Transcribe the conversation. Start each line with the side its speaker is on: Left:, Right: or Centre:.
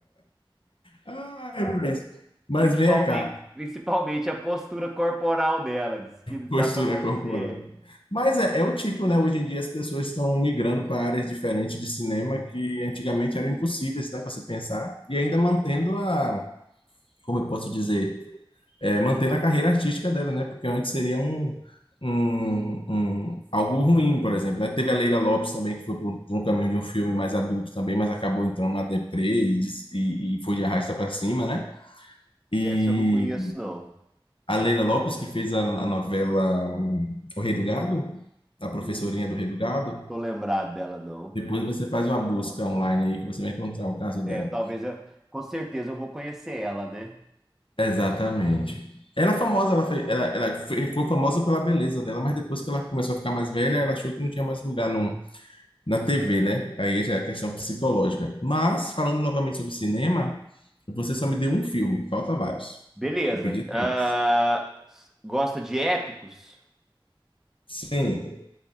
Left: Ah, é pra isso. Mas
Centre: Principalmente,
Left: vem cá,
Centre: principalmente a postura corporal dela. Diz que dá
Left: postura
Centre: pra você.
Left: corporal. Mas é, é o tipo, né? Hoje em dia as pessoas estão migrando para áreas diferentes de cinema que antigamente eram impossíveis, né, para você pensar, e ainda mantendo a, como eu posso dizer, é, mantendo a carreira artística dela, né? Porque antes seria um, um, um- algo ruim, por exemplo, né? Teve a Leila Lopes também, que foi por, por um caminho de um filme mais adulto também, mas acabou entrando na deprê e, des- e- e foi de arrasta para cima, né? E
Centre: Essa eu não conheço, não.
Left: a Leila Lopes, que fez a, a novela um, O Rei do Gado, a professorinha
Centre: Não
Left: do Rei do Gado,
Centre: tô lembrado dela, não.
Left: depois você faz uma busca online aí que você vai encontrar o caso
Centre: É,
Left: dela.
Centre: talvez eu, com certeza eu vou conhecer ela, né?
Left: Exatamente. Ela é famosa, ela foi, ela, ela foi, foi famosa pela beleza dela, mas depois que ela começou a ficar mais velha, ela achou que não tinha mais lugar no, na TV, né? Aí já é a questão psicológica. Mas, falando novamente sobre cinema, você só me deu um filme, falta vários.
Centre: Beleza.
Left: Eu pedi três.
Centre: Ah, s- gosta de épicos?
Left: Sim,